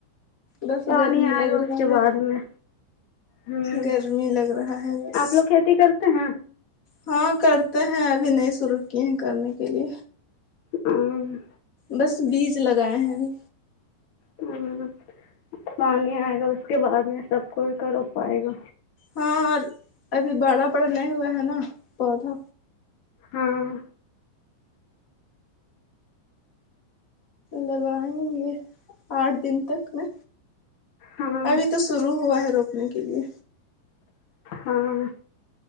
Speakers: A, on the left (about 25°); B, on the left (about 45°).
A: دس
B: پانی
A: گرمی
B: آئے
A: لگ
B: گا
A: رہا
B: اس کے
A: ہے
B: بعد میں ہوں
A: گرمی لگ رہا ہے بس
B: آپ لوگ کھیتی کرتے ہیں
A: ہاں کرتے ہیں ابھی نہیں شروع کیے ہیں کرنے کے لیے
B: امم
A: بس بیج لگائے ہیں ابھی
B: ہ پانی آئے گا اس کے بعد میں سب کوئی کر ہو پائے گا
A: ہاں اور ابھی باڑا پڑا نہیں ہوا ہے نا پودا
B: ہاں
A: لگائیں گے آٹھ دن تک میں
B: ہاں
A: ابھی تو شروع ہوا ہے روکنے کے لیے
B: ہاں